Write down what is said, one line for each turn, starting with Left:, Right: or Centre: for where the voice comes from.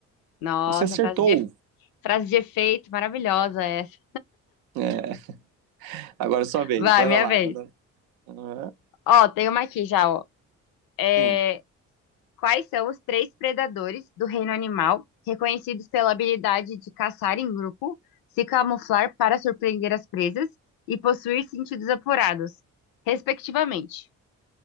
Left: Nossa,
Right: Você acertou!
Left: frase de, efe- frase de efeito maravilhosa essa.
Right: É, agora é sua vez,
Left: Vai,
Right: manda
Left: minha
Right: lá.
Left: vez.
Right: Manda... Aham,
Left: Ó, tem uma aqui já, ó. É,
Right: sim.
Left: Quais são os três predadores do reino animal reconhecidos pela habilidade de caçar em grupo, se camuflar para surpreender as presas e possuir sentidos apurados, respectivamente?